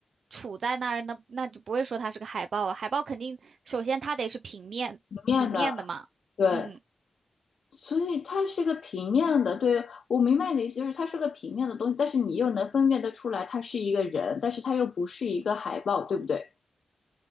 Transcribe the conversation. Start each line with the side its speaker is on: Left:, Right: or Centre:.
Right: 杵在那儿，那那就不会说它是个海报啊。海报肯定首先它得是平面平面的嘛，
Left: 里面的对。
Right: 嗯，
Left: 所以它是个平面的，对，我明白你的意思，就是它是个平面的东西，但是你又能分辨得出来，它是一个人，但是它又不是一个海报，对不对？